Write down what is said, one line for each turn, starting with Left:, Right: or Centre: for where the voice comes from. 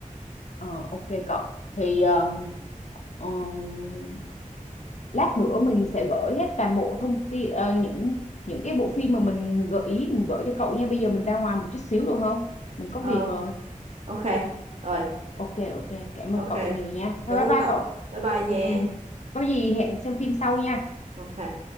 Left: Ờ, ok cậu, thì um, um, lát nữa mình sẽ gửi hết toàn bộ thông tin ờ, những những cái bộ phim mà mình gợi ý mình gửi cho cậu nha. Bây giờ mình ra ngoài một chút xíu được không? Mình có
Right: ờ
Left: việc rồi.
Right: ok rồi
Left: Ok, ok, cảm
Right: ok
Left: ơn cậu nhiều nha. Bye
Right: cảm
Left: bye
Right: ơn
Left: bye
Right: cậu
Left: cậu.
Right: bye bye nha
Left: Ừ, ừ. Có gì hẹn xem phim sau nha.
Right: ok